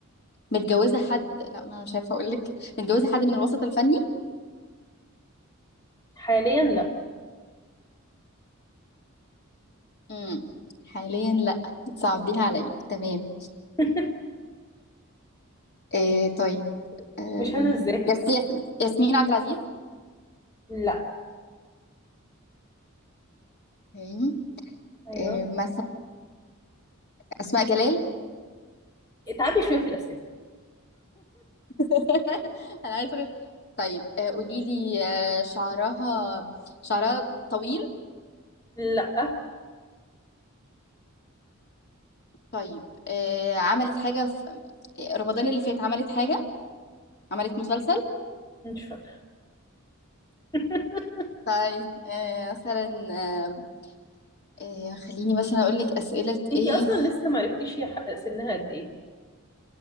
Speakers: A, on the left (about 50°); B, on the left (about 20°).
A: متجوزة حد لا ما انا مش عارفة اقول لك متجوزة حد من الوسط الفني
B: حاليا لا
A: امم حاليا لا بتصعبيها عليا تمام
B: <laughs>
A: آه طيب آم،
B: مش هنا الزاهد
A: يس
B: لا
A: يس ياسمين عبد العزيز
B: لا
A: اوكي
B: أيوه
A: آه مثلا أسماء جلال
B: اتعبي شوية في الأسئلة
A: <laughs> أنا عايزة أقول- طيب آه قولي لي آه شعرها شعرها طويل
B: لا
A: طيب آه <laughs> عملت حاجة في رمضان اللي فات عملت حاجة عملت مسلسل
B: مش فاكرة <laughs>
A: طيب آه مثلا آه آه خليني مثلا أقول لك أسئلة
B: انتي
A: إيه
B: أصلا لسه معرفتيش هي حق- سنها قد إيه